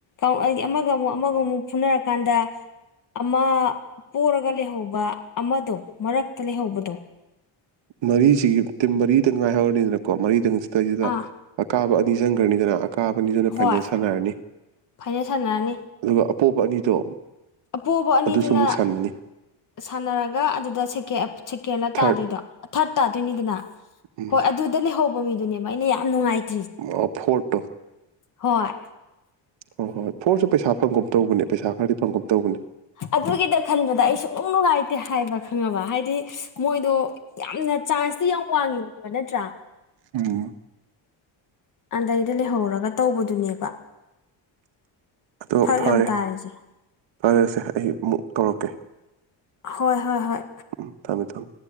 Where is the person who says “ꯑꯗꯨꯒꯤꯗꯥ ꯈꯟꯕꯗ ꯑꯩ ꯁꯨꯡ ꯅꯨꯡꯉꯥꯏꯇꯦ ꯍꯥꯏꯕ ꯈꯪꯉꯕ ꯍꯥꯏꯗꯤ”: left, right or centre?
Left